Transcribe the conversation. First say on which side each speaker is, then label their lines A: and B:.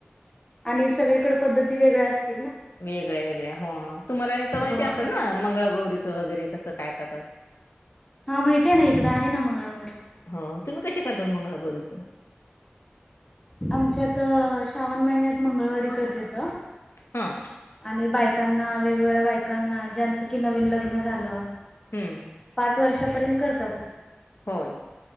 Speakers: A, on the left; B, on the left.
A: आणि सगळीकडे पद्धती वेगळ्या असता
B: वेगळ्या-वेगळ्या हो तुम्हाला ह्याच माहिती
A: हा
B: असेल ना मंगळागौरीचं वगैरे कसं काय करतात
A: हा माहितीये ना इकडं आहे ना मंगळागौर
B: हो तुम्ही कशी करतात मंगळागौरीचं?
A: आमच्या तर श्रावण महिन्यात मंगळवारी ते करतेत
B: हा
A: आणि बायका कांना वेगवेगळ्या बायकांना ज्यांचं की नवीन लग्न झालं
B: हम्म.
A: पाच वर्षा पर्यंत करतात.
B: होय.